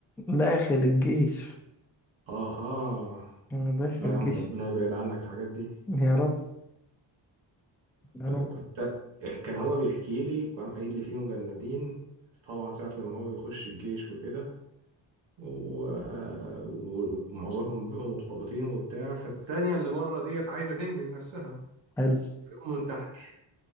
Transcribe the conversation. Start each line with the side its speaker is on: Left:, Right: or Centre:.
Centre: داخل الجيش
Right: اها
Centre: أنا داخل
Right: لا
Centre: الجيش
Right: يا عم ربنا يبعد عنك الحاجات دي
Centre: يا رب يا رب
Right: كنت كان هو بيحكي لي وقام قايل لي في مجندين طبعا ساعة لما هو بيخش الجيش وكده و- ومعظمهم بيبقوا مرتبطين وبتاع فالتانية اللي بره ديت عايزة تنجز نفسها
Centre: حلو
Right: بيقوم منتحر